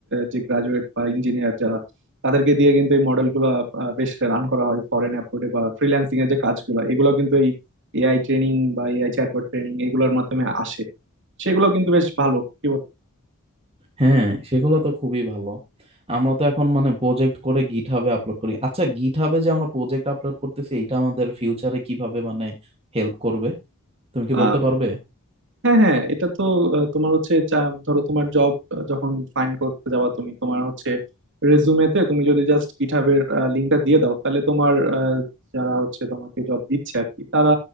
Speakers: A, on the right (about 55°); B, on the right (about 25°).
A: যে গ্রাজুয়েট বা ইঞ্জিনিয়ার যারা তাদেরকে দিয়ে কিন্তু এই মডেল গুলা আহ, বেশ রান করা হয় ফরেন অ্যাপ্রোডে বা ফ্রিল্যান্সিং এর যে কাজগুলো এগুলো কিন্তু এই এআই ট্রেনিং বা এআই চ্যাটবট ট্রেনিং এগুলোর মাধ্যমে আসে সেগুলো কিন্তু বেশ ভালো কি
B: হ্যাঁ সেগুলো তো খুবই ভালো আমরা তো এখন মানে প্রজেক্ট করে গিট হাবে আপলোড করি আচ্ছা গিট হাবে যে আমরা প্রজেক্ট আপলোড করতেছি এটা আমাদের ফিউচারে কিভাবে মানে হেল্প করবে তুমি কি
A: বল
B: বলতে পারবে
A: হ্যাঁ হ্যাঁ এটা তো আহ, তোমার হচ্ছে চা- ধরো তোমার জব যখন ফাইন্ড করতে যাওয়া তুমি তোমার হচ্ছে রেজুমেতে তুমি যদি জাস্ট গিটহাবের লিঙ্কটা দিয়ে দাও তাহলে তোমার আহ, যারা হচ্ছে তোমাকে জব দিচ্ছে আর কি তারা